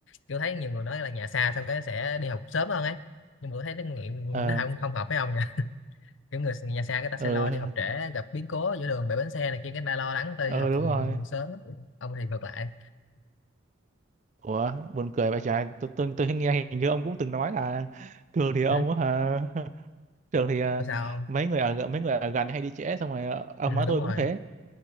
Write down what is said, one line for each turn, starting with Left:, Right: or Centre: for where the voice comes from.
Left: tôi thấy nhiều người nói là nhà xa xong cái sẽ đi học sớm hơn ấy nhưng mà tôi thấy nó nghiệm
Right: ờ
Left: nó không không hợp với ông nha kiểu người nhà xa người ta sẽ
Right: ừ.
Left: lo đi học trễ gặp biến cố giữa đường bể bánh xe này kia cái người ta lo lắng tới
Right: ừ
Left: đi học
Right: đúng rồi
Left: sớm á. ông thì ngược lại
Right: ủa buồn cười vậy trời tôi tôi tôi nghe hình như ông cũng từng nói là trường thì ông
Left: ừ?
Right: á hả <laughs> trường thì à,
Left: tôi sao không
Right: mấy người ở mấy người ở gần hay đi trễ xong rồi ờ, ông
Left: ừ,
Right: nói
Left: đúng
Right: tôi
Left: rồi
Right: cũng thế